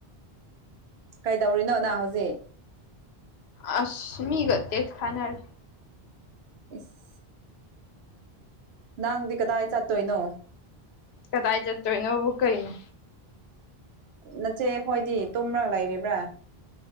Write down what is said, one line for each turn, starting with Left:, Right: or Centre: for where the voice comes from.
Right: ꯀꯩꯗꯧꯔꯤꯅꯣ ꯅꯪ ꯍꯧꯖꯤꯛ
Left: ꯑꯥꯁ ꯃꯤꯒ ꯇꯦꯛꯁ ꯊꯥꯅꯔꯤ
Right: ꯏꯁ ꯅꯪꯗꯤ ꯀꯗꯥꯏ ꯆꯠꯇꯣꯏꯅꯣ
Left: ꯀꯗꯥꯏ ꯆꯠꯇꯣꯏꯅꯣꯕꯨ ꯀꯩꯅꯣ
Right: ꯅꯆꯦ ꯈꯣꯏꯗꯤ ꯇꯨꯝꯔꯥ ꯂꯩꯔꯤꯕ꯭ꯔꯥ